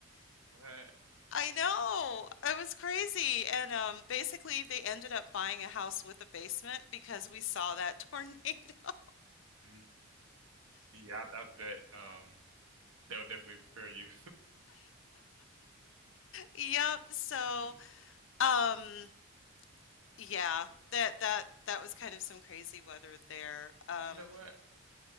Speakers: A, on the right; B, on the left.
A: What?
B: I know. It was crazy. And um, basically, they ended up buying a house with a basement because we saw that tornado. <laughs>
A: Mhm. Yeah, I, I bet um that would definitely prepare you.
B: Yep. So,
A: hmm
B: um, yeah, that that that was kind of some crazy weather there. Um,
A: You know what?